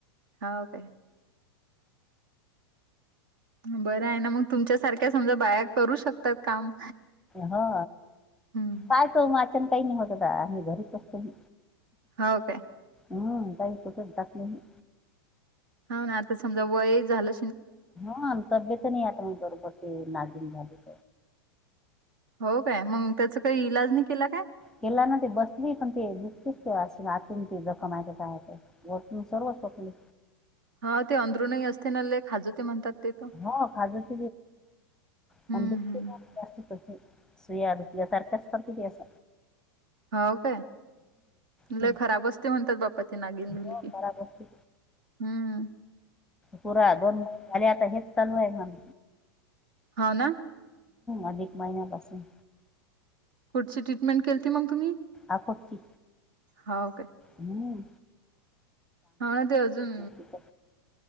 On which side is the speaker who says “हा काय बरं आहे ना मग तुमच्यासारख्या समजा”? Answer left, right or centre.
Right